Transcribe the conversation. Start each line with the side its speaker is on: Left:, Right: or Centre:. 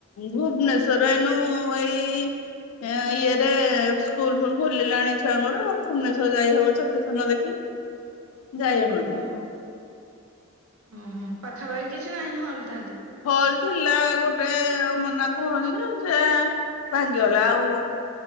Left: ଭୁବନେଶ୍ଵର ଏଇନୁ ଏଇ ଇଏରେ ସ୍କୁଲ ଫୁଲ୍ ଖୋଲିଲାଣି ଛୁଆଙ୍କର ଭୁବନେଶ୍ଵର ଯାଇ ହବ ଛକିଶୂନ ଦେଖି। ଯାଇହବନି।
Right: ଓ ଓହୋ ପାଖାପାଖି କିଛି ନାହିଁ ହଲ୍। ତାହାଲେ।
Left: ହଲ୍ ଥିଲା ଗୋଟେ ଅମରନାଥ ହଲ୍। ଯେ ଯାଆ ଭାଙ୍ଗିଗଲା ଆଉ